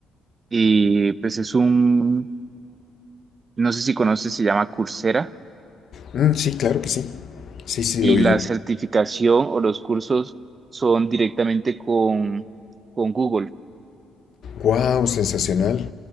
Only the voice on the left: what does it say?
Mm, sí, claro que sí. Sí, sí,
lo oí.
¡Wow! Sensacional.